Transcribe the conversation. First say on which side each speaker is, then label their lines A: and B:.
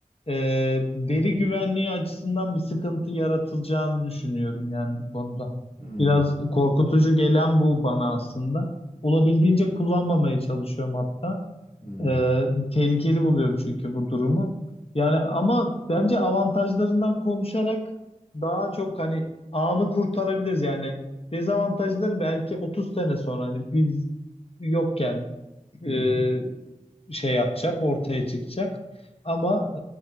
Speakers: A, on the left (about 45°); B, on the left (about 70°).
A: ee, veri güvenliği açısından bir sıkıntı yaratılacağını düşünüyorum yani bu konuda.
B: Hmm.
A: Biraz korkutucu gelen bu bana aslında. Olabildiğince kullanmamaya çalışıyorum hatta.
B: Hmm.
A: Ee, tehlikeli buluyorum çünkü bu durumu. Yani ama bence avantajlarından konuşarak daha çok hani anı kurtarabiliriz yani. Dezavantajları belki 30 sene sonra hani biz yokken e,
B: Hı hı.
A: şey yapacak, ortaya çıkacak. Ama